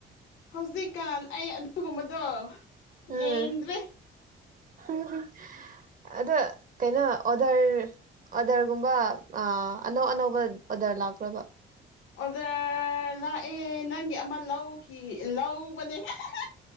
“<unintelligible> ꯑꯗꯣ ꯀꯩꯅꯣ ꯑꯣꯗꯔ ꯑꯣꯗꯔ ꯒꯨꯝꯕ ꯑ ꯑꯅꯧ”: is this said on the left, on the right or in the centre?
Right